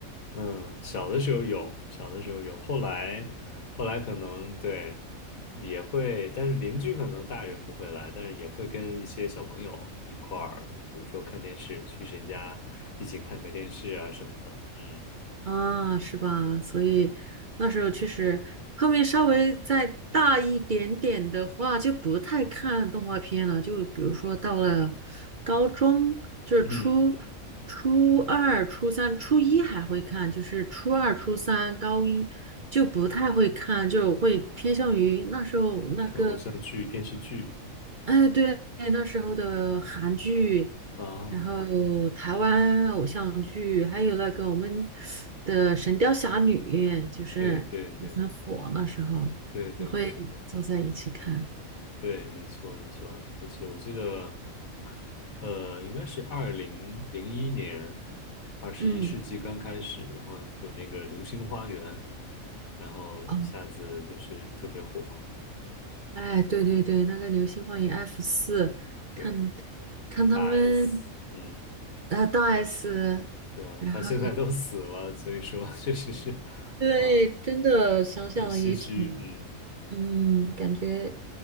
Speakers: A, on the left; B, on the right.
A: 嗯，小的时候有，小的时候有，后来后来可能对也会，但是邻居可能大人不会来，但是也会跟一些小朋友一块儿，比如说看电视，去谁家一起看个电视啊什么的。嗯
B: 啊，是吧？所以那时候确实，
A: 嗯
B: 后面稍微再大一点点的话，就不太看动画片了。就比如说到了高中，就是初
A: 嗯，
B: 初二、初三、初一还会看，就是初二、初三、高一就不太会看，就会偏向于那时候那个。
A: 看偶像剧、电视剧
B: 哎，对，那时候的韩剧，
A: 啊，
B: 然后台湾偶像剧，还有那个我们的《神雕侠侣》，就是很火，
A: 对对对。
B: 那时候也会坐在一起看。
A: 对对对对对，没错没错，而且我记得，呃，应该是二零零一年，二十一世纪刚开始，
B: 嗯，
A: 然后有那个《流星花园》，然后一下子就是特别火。
B: 哦，哎，对对对，那个《流星花园 F 四》，看
A: 对，
B: 看他们
A: 大 S，嗯，
B: 啊，大 S，
A: 对啊，
B: 然后
A: 他现在都死了，所以说 <laughs> 确实是
B: 对，
A: 啊，
B: 真的想想也挺
A: 很唏嘘，嗯
B: 嗯，感觉